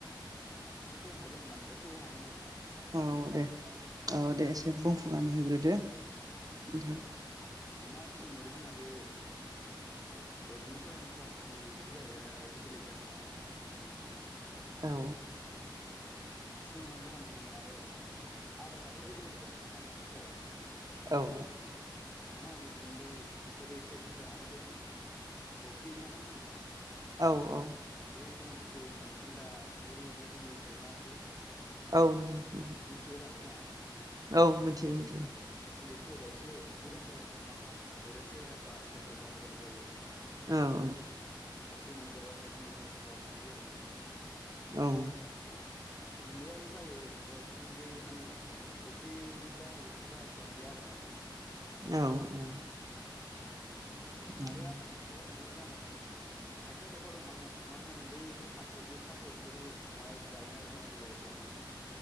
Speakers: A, on the left; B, on the right.
A: एसेखौ हागोन बांद्रायखौ हानाय नं
B: औ दे औ दे एसे बुं वान होग्रो दो नोंथां
A: औ अमा फिसिनोबाथ जोंहा बे ओरैनो सरासनस्रा फिसिनाय बायदिथ जाहैया नालायथ बेलेग जाखायो नालाय अमा फारबाथ
B: औ
A: एसे माबा गोबां थानांगोन आरो आदारफ्राबो एभेलेबेल जानांगोन आरो ना अमानि थाखाय
B: औ औ
A: जोंहा मा जाबाय गुन्दै एफोरो एसे बुरजा आरो बै अफ्रि ना मा होनो
B: औ औ
A: बै जे जौ संखोन्दा बै जे गिदिर थायोना बेखौ
B: औ नंगौ <unintelligible>
A: मिथिगौ दा नोंथाङा
B: औ मिन्थियो मिन्थियो
A: खौ होबा एसे मोजां जायो आरो माने अमाफ्रा ओरैनो सेहेराफ्रा साइस्थफ्रा मोजां जायो
B: औ औ
A: अफ्रि मोनजाबाथाय मेजेम जानो नागिरो आरो माने
B: औ
A: गुन्दैयाबो जायो अ अबाबो गुन्दै माने अफ्रिजों जानाय बायसा जास्लाबहैया आरो माने
B: औ औ उम
A: आरो आदार मोनजाब बहा जानो खायफा खायफा दं माने मा होनो बै थास जि थास खरि अमाबो जि जायोना रुना होयो आरो बेफोरखौ माने